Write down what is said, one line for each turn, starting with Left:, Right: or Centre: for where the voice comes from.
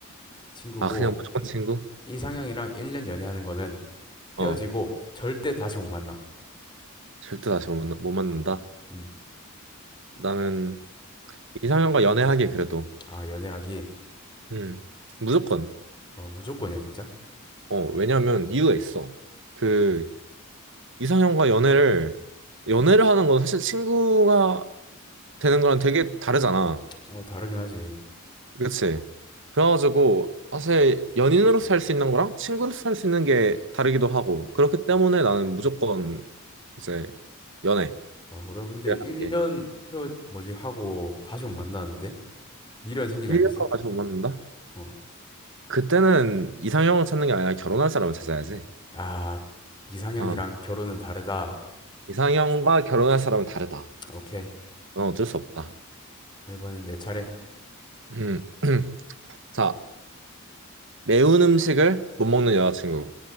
Left: 친구고,
Right: 아, 그냥 무조건 친구?
Left: 이상형이랑 1년 연애하는 거는
Right: 어,
Left: 헤어지고 절대 다시 못 만나.
Right: 절대 다시 못, 만나, 못 만난다.
Left: 음.
Right: 나는 이상형과 연애하기 그래도,
Left: 아, 연애하기.
Right: 음, 무조건.
Left: 어, 무조건이야, 진짜?
Right: 어, 왜냐면 이유가 있어. 그, 이상형과 연애를, 연애를 하는 건 사실 친구가 되는 거랑 되게 다르잖아.
Left: 어, 다르긴 하지.
Right: 그치. 그래가지고 사실 연인으로서 할 수 있는 거랑 친구로서 할 수 있는 게 다르기도 하고 그렇기 때문에 나는 무조건 이제 연애
Left: 어, 그래. 근데
Right: 를
Left: 1년
Right: 하는 게
Left: 헤어, 뭐지, 하고 다시 못 만나는데? 미련 생기지
Right: 1년
Left: 않겠어?
Right: 동안 다시 못 만난다?
Left: 어.
Right: 그때는 이상형을 찾는 게 아니라 결혼할 사람을 찾아야지.
Left: 아, 이상형이랑
Right: 어.
Left: 결혼은 다르다.
Right: 이상형과 결혼할 사람은 다르다.
Left: 오케이.
Right: 어, 어쩔 수 없다.
Left: 이번엔 내 차례.
Right: 음. <clears throat> 자, 매운 음식을 못 먹는 여자친구